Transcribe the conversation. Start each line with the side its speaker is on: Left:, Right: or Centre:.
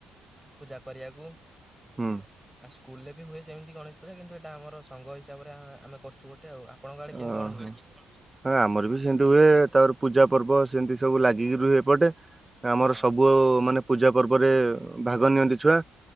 Centre: ପୂଜା କରିବାକୁ।
Right: ହଁ।
Centre: ଆଉ ସ୍କୁଲ ରେ ବି ହୁଏ ସେମିତି ଗଣେଶ ପୂଜା କିନ୍ତୁ ଏଟା ଆମର ସଙ୍ଘ ହିସାବରେ ଆମେ କରୁଚୁ ଗୋଟେ ଆଉ। ଆପଣଙ୍କ ଆଡେ କେମିତି
Right: ଓହ।
Centre: କଣ ହୁଏ
Right: ହଁ ଆମର ବି ସେମିତି ହୁଏ ତାପରେ ପୂଜା ପର୍ବ ସେମିତି ସବୁ ଲାଗିକିରି ରୁହେ। ଏପଟେ ଆମର
Centre: ହଁ
Right: ସବୁ ପୁଅ ମାନେ ପୂଜା ପର୍ବରେ ଭାଗ ନିଅନ୍ତି ଛୁଆ